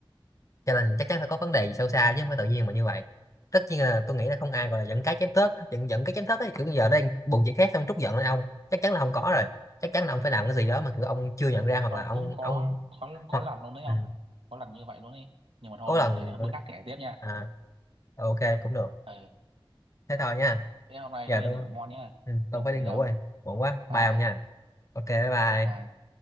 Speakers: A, on the left; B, on the right.
A: cho nên chắc chắn phải có vấn đề gì sâu xa chứ không phải tự nhiên mà như vậy tất nhiên là tôi nghĩ là không ai gọi là giận cái chém tớt giận giận cái chém tớt ấy kiểu giờ đang buồn chuyện khác xong trút giận lên ông chắc chắn là không có rồi chắc chắn là ông phải làm cái gì đó mà kiểu ông chưa nhận ra hoặc
B: không
A: là ông
B: cũng có
A: ông
B: có có
A: hoặc
B: lần luôn đấy
A: ừ.
B: không có lần như vậy luôn ấy nhưng mà thôi
A: có lần
B: để bữa khác kể tiếp nha
A: à ok cũng được
B: Ừ,
A: thế thôi nha
B: thế hôm nay
A: giờ
B: thôi đi
A: tôi
B: ngủ ngon nhá
A: ừ, tôi
B: đi ngủ
A: phải đi
B: đi
A: ngủ
B: ông
A: rồi muộn quá bye
B: vai
A: ông nha ok bye bye
B: vai